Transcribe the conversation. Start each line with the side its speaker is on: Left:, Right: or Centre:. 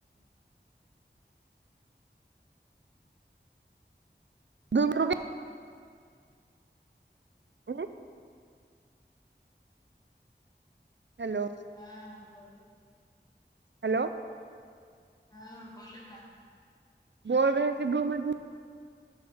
Right: د روپ ا ہیلو
Left: ہاں بولو
Right: ہیلو
Left: ہاں بولے نا
Right: بول رہے کہ ڈ مج <unintelligible>